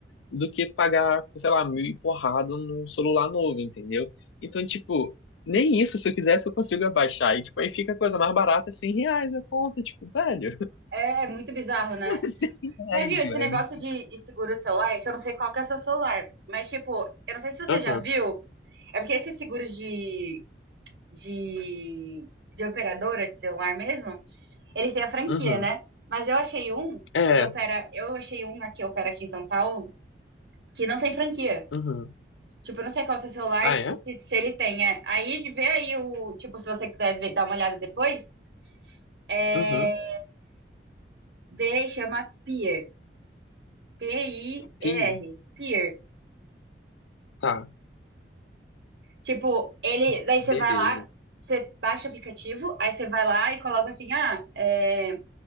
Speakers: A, on the left; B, on the right.
A: do que pagar, sei lá, mil e porrada num celular novo, entendeu? Então, tipo, nem isso, se eu quisesse, eu consigo abaixar. E, tipo, aí fica a coisa mais barata, 100 reais a conta, tipo, velho,
B: É, é muito bizarro, né?
A: <laughs> 100 reais,
B: Mas viu, esse
A: velho.
B: negócio de, de seguro de celular, é que eu não sei qual que é o seu celular. Mas, tipo, eu não sei se você
A: Aham,
B: já viu. É porque esses seguros de, de, de operadora de celular mesmo, Eles têm a franquia,
A: uhum,
B: né? Mas eu achei um
A: É,
B: que opera. Eu achei um que opera aqui em São Paulo que não tem franquia.
A: uhum.
B: Tipo, eu não sei qual é o seu celular,
A: Ah,
B: tipo,
A: é?
B: se, se ele tem. É. Aí, de- ver aí o. Tipo, se você quiser ver- dar uma olhada depois, é.
A: Uhum.
B: Vê e chama Pier. P-I-E-R.
A: Pia.
B: Pier.
A: Tá,
B: Tipo, ele. Daí você
A: beleza.
B: vai lá, você baixa o aplicativo, aí você vai lá e coloca assim, ah, é.